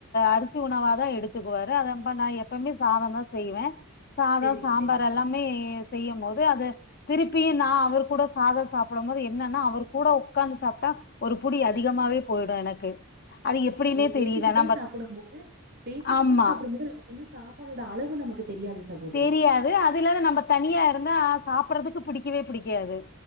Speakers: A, on the left; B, on the right.
A: அரிசி உணவா தா எடுத்துக்குவாரு அதாம்பா நா எப்போமே சாதோந்தா செய்வ சாதோ
B: சேரிங்க
A: சாம்பார்
B: சேரிங்க
A: எல்லாமே
B: சகோதரி
A: செய்யும் போது அது திருப்பியு நா அவர் கூட சாதோ சாப்படும்போது என்னன்னா அவர் கூட உக்காந்து சாப்ட்டா ஒரு புடி அதிகமாவே போயிடு எனக்கு அது எப்படின்னே
B: ஓ பேசிக்கிட்டே
A: தெரியல நம்ம
B: சாப்புடும் போது பேசிக்கிட்டே
A: ஆமா
B: சாப்புடும் போது நமக் வந்து சாப்பாடோட அளவு நமக்கு தெரியாது சகோதரி
A: தெரியாது அது இல்லாம நம்ப தனியா இருந்தா சாப் புட்றதுக்கு புடிக்கவே புடிக்காது